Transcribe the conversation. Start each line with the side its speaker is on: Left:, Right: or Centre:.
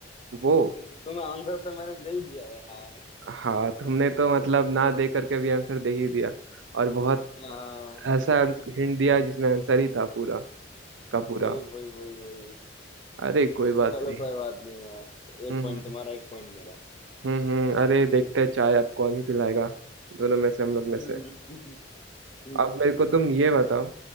Right: वो
Left: इतना- तुम्हें आंसर तो मैंने दे ही दिया यार
Right: हाँ तुमने तो मतलब ना दे करके भी आंसर दे ही दिया और बहुत
Left: हाँ,
Right: ऐसा हिंट दिया जिसमें आंसर ही था पूरा का
Left: वही
Right: पूरा
Left: वही वही वही
Right: अरे कोई बात
Left: चलो
Right: नहीं
Left: कोई बात नहीं यार एक
Right: हम्म
Left: पॉइंट
Right: हम्म
Left: तुम्हारा एक पॉइंट मेरा
Right: हम्म हम्म, अरे देखते हैं चाय अब कौन ही पिलाएगा दोनों में से हम लोग में
Left: हम्म,
Right: से
Left: हम्म,
Right: अब मेरे को तुम ये बताओ